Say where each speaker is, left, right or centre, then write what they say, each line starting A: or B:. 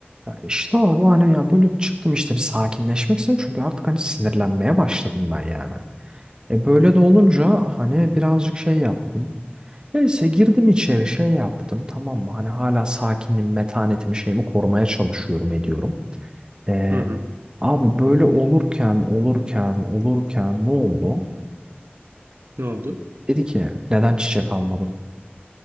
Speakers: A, on the right; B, on the right.
A: Ya işte abi hani ya böyle çıktım işte bir sakinleşmek istedim çünkü artık hani sinirlenmeye başladım ben yani. E böyle de olunca hani birazcık şey yaptım. Neyse girdim içeri şey yaptım tamam mı hani hala sakinliğimi metanetimi şeyimi korumaya çalışıyorum ediyorum. E,
B: Hı hı.
A: abi böyle olurken olurken olurken ne oldu?
B: Ne oldu?
A: Dedi ki neden çiçek almadın?